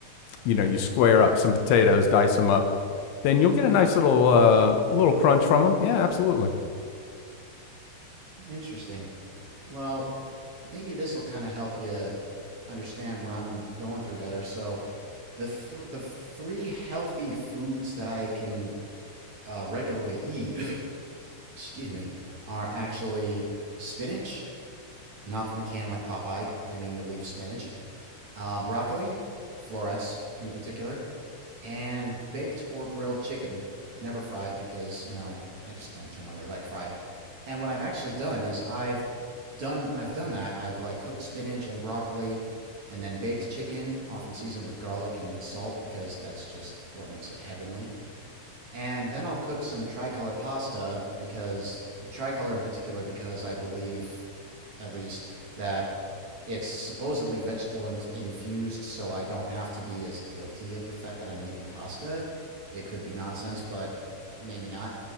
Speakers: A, on the left (about 75°); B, on the right (about 40°).
A: you know, you square up some potatoes, dice them up, then you'll get a nice little, uh, little crunch from them. Yeah, absolutely.
B: Interesting. Well, maybe this will kind of help you understand what I'm going through better. So the th- the three healthy foods that I can uh, regularly eat, <coughs> excuse me, are actually spinach, not from a can like Popeye. I mean the leaf spinach, uh, broccoli, florets in particular, and baked or grilled chicken. Never fried because you know I just don't generally like fried. And what I've actually done is I've done I've done that. I've like cooked spinach and broccoli, and then baked chicken, often seasoned with garlic and salt because that's just what makes it heavenly. And then I'll cook some tricolor pasta because tricolor in particular because I believe at least, that it's supposedly vegetable in- infused, so I don't have to be as guilty of the fact that I'm eating pasta. It could be nonsense, but maybe not.